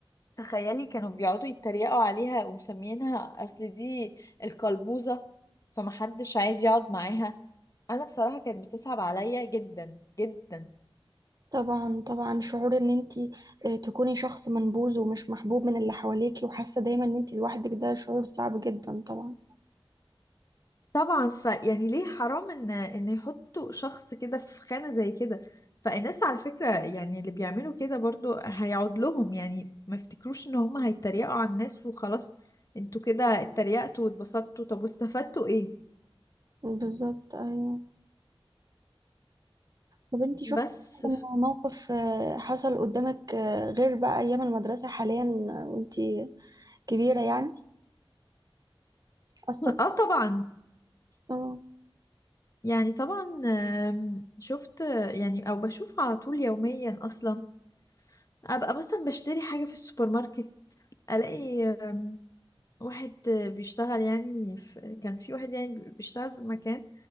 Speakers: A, on the left (about 35°); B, on the right (about 40°).
A: تخيلي كانوا بيقعدوا يتريقوا عليها ومسميينها اصل دي القلبوزة فمحدش عايز يقعد معاها انا بصراحة كانت بتصعب عليا جدا جدا
B: طبعا طبعا شعور ان انت آه، تكوني شخص منبوذ ومش محبوب من اللي حواليكي وحاسه دايما ان انت لوحدك ده شعور صعب جدا طبعا
A: طبعا ف يعني ليه حرام ان ان يحطوا شخص كده في خانة زي كده فالناس على فكرة يعني اللي بيعملوا كده برضو هيعود لهم يعني ما يفتكروش ان هم هيتريقوا على الناس وخلاص انتوا كده اتريقتوا واتبسطتوا طب واستفدتوا ايه
B: بالظبط ايوه طب انت شفتي
A: بس
B: موقف آه، حصل قدامك آه، غير بقى ايام المدرسه حاليا آه، وانت كبيره يعني اثر
A: اه طبعا
B: اه
A: يعني طبعا آم، شفت آه، يعني او بشوف على طول يوميا اصلا ابقى مثلا بشتري حاجة في السوبر ماركت الاقي آم، واحد آه، بيشتغل يعني في كان في واحد يعني بيشتغل في المكان